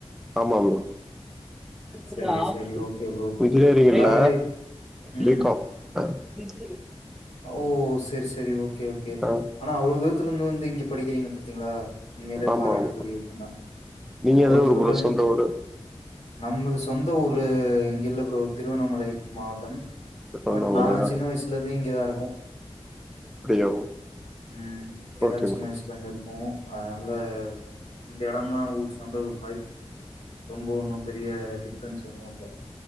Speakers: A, in the centre; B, on the left.
A: ஆமா ப்ரோ <unintelligible>
B: சேரி சேரி ஓகே ப்ரோ
A: என்ஜினியரிங்ல்ல
B: அதாவது ம்
A: பிகாம் <inaudible>
B: ஓ செர் செரி ஓகே ஓகே
A: ஆ
B: ஆனா அவ்ளே தூரத்துல இருந்து வந்து இங்க படிக்கிறீங்க பாத்தீங்களா உண்மையிலே
A: ஆமா
B: பாராட்டக்கூடிய
A: ஆமா
B: விஷயம்தா
A: நீங்க
B: அவ்ளோ
A: எந்த
B: தூரத்துல
A: ஊரு ப்ரோ
B: வந்
A: சொந்த ஊரு
B: நம்ளூக்கு சொந்த ஊர் இங்கில்ல ப்ரோ திருவண்ணாமலை மாவட்டம்
A: திருவண்ணாமலையா
B: பட் நாங்க சின்ன வயசுலேர்ந்தே இங்கதா இருக்கோ
A: அப்டியா
B: ம் இங்கதா
A: ஓகே
B: சின்ன
A: ப்ரோ
B: வயசுல இருந்தே இருக்கோ அதனால இந்த எடம்தா ஊர் சொந்த ஊர் மாரி ரொம்ப ஒண்ணும் பெரிய டிஃப்ரென்ஸ் ஒண்ணூ இல்ல